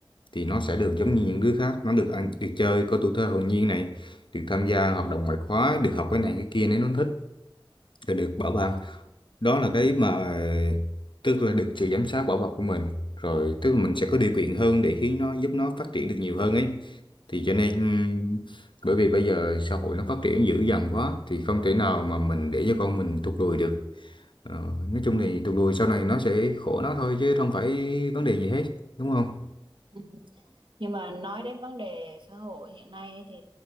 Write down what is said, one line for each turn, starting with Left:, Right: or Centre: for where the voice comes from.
Left: thì nó sẽ được giống như những đứa khác, nó được ăn, được chơi có tuổi thơ hồn nhiên này, được tham gia
Right: ừ
Left: hoạt động ngoại khóa, được học cái này cái kia nếu nó thích là được bảo ban
Right: ừ
Left: đó là cái mà tức là được sự giám sát bảo bọc của mình rồi tức là mình sẽ có điều kiện hơn để khiến nó giúp nó phát triển được nhiều hơn ấy thì cho nên ừm, bởi vì bây giờ xã hội nó phát triển dữ dằn quá thì không thể nào mà mình để cho con mình tụt lùi được Ờ, nói chung thì tụt lùi sau này nó sẽ khổ nó thôi chứ không phải vấn đề gì hết đúng không
Right: ừ. Nhưng mà nói đến vấn đề xã hội hiện nay ấy thì